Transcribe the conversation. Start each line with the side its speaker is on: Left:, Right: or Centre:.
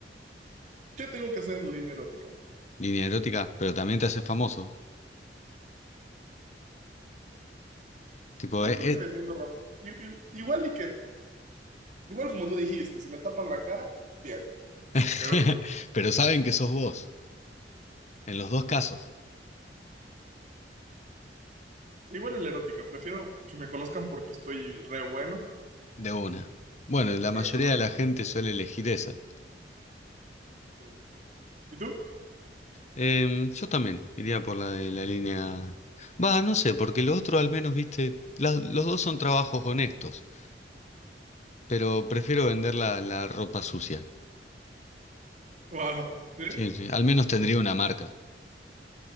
Right: ¿Qué tengo que hacer en línea erótica?
Left: Línea erótica, pero también te haces famoso. Tipo,
Right: Yo
Left: eh,
Right: creo
Left: eh,
Right: que vendiendo ropa. I- i- Igual y que, igual como tú dijiste, si me tapan la cara, bien.
Left: <laughs>
Right: La erótica.
Left: pero saben que sos vos, en los dos casos.
Right: Igual en la erótica, prefiero que me conozcan porque estoy re bueno
Left: De una. Bueno, la
Right: a que
Left: mayoría
Right: me conozcan.
Left: de la gente suele elegir esa.
Right: Sí, sí, sí. ¿Y tú?
Left: Em, yo también iría por la de la línea. Va, no sé, porque lo otro al menos, viste, la- los dos son trabajos honestos, pero prefiero vender la, la ropa sucia.
Right: Wow. ¿Sí?
Left: Sí, sí, al menos tendría una marca.